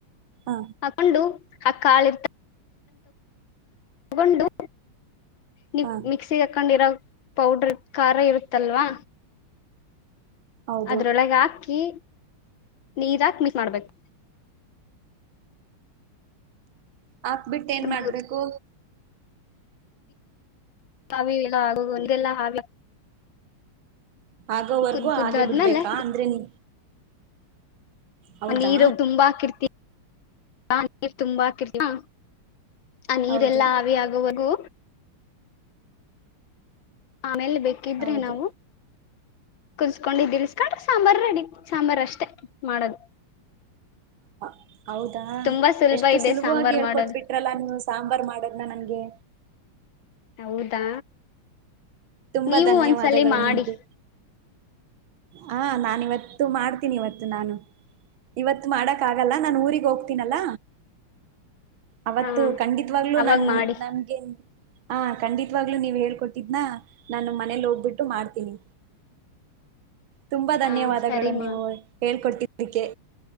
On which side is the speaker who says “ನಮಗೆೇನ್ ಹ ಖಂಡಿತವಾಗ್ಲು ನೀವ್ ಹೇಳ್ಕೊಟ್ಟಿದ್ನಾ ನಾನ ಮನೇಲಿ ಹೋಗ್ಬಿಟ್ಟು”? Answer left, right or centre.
Right